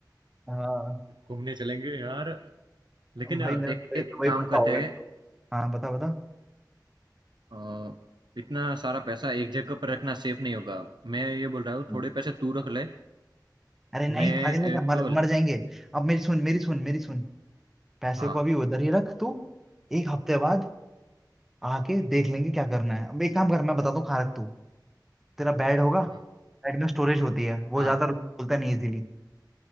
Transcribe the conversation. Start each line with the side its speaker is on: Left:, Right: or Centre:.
Centre: हाँ
Right: घूमने चलेंगे यार लेकिन
Centre: भाई
Right: एक
Centre: मेरा तो ये तो
Right: एक
Centre: भाई
Right: काम
Centre: पक्का
Right: करते
Centre: हो गया
Right: हैं
Centre: तो हाँ बता बता
Right: अ, इतना सारा पैसा एक जगह पर रखना सेफ नहीं होगा मैं ये बोल रहा हूँ
Centre: हाँ।
Right: थोड़े पैसे तू रख ले
Centre: अरे नहीं
Right: मैं
Centre: भागले क्या
Right: एक
Centre: मर मर जाएंगे अब मेरी सुन मेरी सुन मेरी सुन पैसे
Right: हाँ
Centre: को अभी उधर ही रख तू एक हफ्ते बाद आके देख लेंगे क्या करना है अब एक काम कर मैं बताता हूँ खा रख तू तेरा बेड होगा
Right: हाँ
Centre: बैड में स्टोरेज होती है वो
Right: हाँ
Centre: ज्यादातर बोलते नहीं इजीली